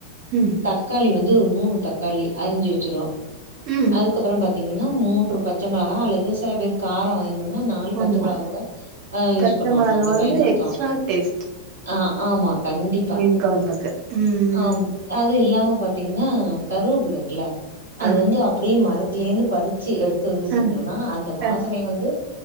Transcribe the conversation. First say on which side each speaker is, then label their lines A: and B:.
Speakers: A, on the right; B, on the right.
A: ம்
B: தக்காளி வந்து ஒரு மூணு தக்காளி அரிஞ்சு வச்சிரும்
A: உம்
B: அதுக்கப்புறம் பாத்தீங்கன்னா மூன்று பச்ச மிளகா அல்லது சில பேர் காரம் வேனுன்னா நாலு பச்ச
A: ஆமா
B: மிளகா கூட அ யூஸ்
A: பச்ச
B: பண்ணுவாங்க
A: மொளகா
B: அந்த
A: வந்து
B: பயன்படுத்துவாங்க
A: எக்ஸ்ட்ரா டேஸ்ட்
B: ஆ ஆமா கண்டிப்பா
A: மீன் கொழம்புக்கு ம்
B: ஆம் அது இல்லாம பாத்தீங்கன்னா கருவேப்புள்ள இருக்குல அது
A: ஆ
B: வந்து அப்படியே மரத்தில இருந்து பரு ச்சி எடுத்து வந்து
A: அ
B: செஞ்சோம்னா அந்த வாசனை
A: அ
B: வந்து